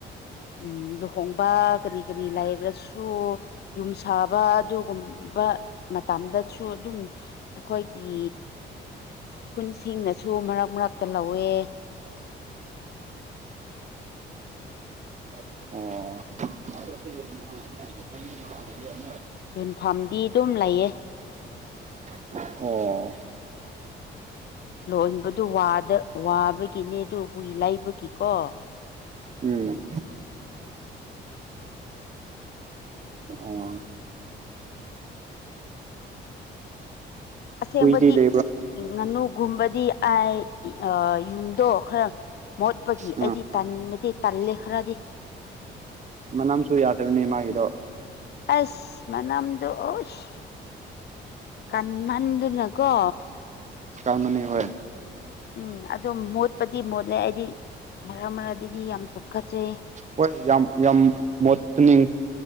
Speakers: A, on the left; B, on the right.
A: ꯎꯝ ꯂꯨꯍꯣꯡꯕ ꯀꯔꯤ ꯀꯔꯤ ꯂꯩꯔꯁꯨ ꯁꯨ ꯌꯨꯝ ꯁꯥꯕ ꯑꯗꯨꯒꯨꯝꯕ ꯃꯇꯝꯗꯁꯨ ꯑꯗꯨꯝ ꯑꯩꯈꯣꯏꯒꯤ ꯈꯨꯟꯁꯤꯡꯅꯁꯨ ꯃꯔꯛ ꯃꯔꯛꯇ ꯂꯧꯋꯦ
B: ꯑꯣ
A: ꯌꯨꯟꯐꯝꯥꯝꯗꯤ ꯑꯗꯨꯝ ꯂꯩꯌꯦ
B: ꯑꯣ
A: ꯂꯣꯏꯕꯗꯨ ꯋꯥꯕꯒꯤꯅꯦ ꯑꯗꯨ ꯍꯨꯏ ꯂꯩꯕꯒꯤꯀꯣ
B: ꯎꯝ ꯑꯣ
A: ꯑꯁꯦꯡꯕꯗꯤ
B: ꯍꯨꯏꯗꯤ ꯂꯩꯕ꯭ꯔꯥ
A: ꯉꯥꯅꯨꯒꯨꯝꯕꯗꯤ ꯑꯥꯏ ꯌꯨꯝꯗꯣ ꯈꯔ ꯃꯣꯠꯄꯒꯤ
B: ꯑꯥ
A: ꯑꯩꯗꯤ ꯇꯟꯃꯗꯤ ꯇꯜꯦ ꯈꯔꯥꯗꯤ
B: ꯃꯅꯝꯁꯨ ꯌꯥꯗꯕꯅꯦ ꯃꯥꯒꯤꯗꯣ
A: ꯑꯁ ꯃꯅꯝꯗꯣ ꯑꯁ ꯀꯟꯍꯟꯗꯨꯅꯀꯣ
B: ꯀꯥꯟꯅꯤ ꯍꯣꯏ
A: ꯎꯝ ꯑꯗꯨꯣ ꯃꯣꯠꯄꯗꯤ ꯃꯣꯠꯂꯦ ꯑꯩꯗꯤ ꯃꯔꯛ ꯃꯔꯛ ꯑꯗꯨꯗꯤ ꯌꯥꯝ ꯇꯨꯈꯠꯆꯩ
B: ꯍꯣꯏ ꯌꯥꯝ ꯌꯥꯝ ꯃꯣꯨꯅꯤꯡ